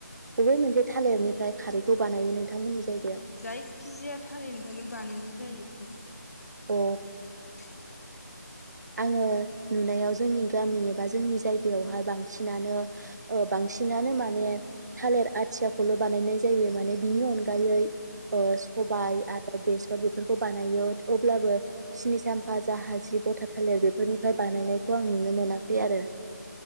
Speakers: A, on the right; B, on the left.
A: बबे मोनसे थालेरनिफ्राय खारैखौ बानायो नोंथांमोननि जाय
B: जायखिजाया थालिरनिफ्रायनो बानायनाय जायोखौ।
A: अ
B: औ।
A: आङो नुनायाव जोंनि गामि एबा जोंनि जायगायावहाय बांसिनानो ओ बांसिनानो माने थालिर आथियाखौल बानायनाय जायो माने बिनि अनगायै सबाय आरो बेसर बेफोरखौ बानायो अब्लाबो सिनि साम्फा जाहा जिब। भथा थालिर बेफोरनिफ्राय बानायनायखौ आं नुनो मोनाखै आरो